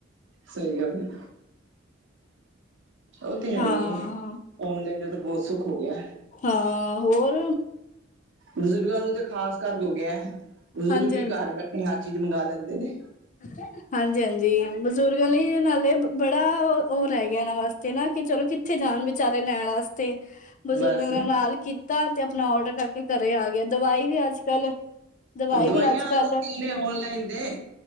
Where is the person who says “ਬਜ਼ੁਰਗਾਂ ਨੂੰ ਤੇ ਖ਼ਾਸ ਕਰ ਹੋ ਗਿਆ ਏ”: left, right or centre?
Right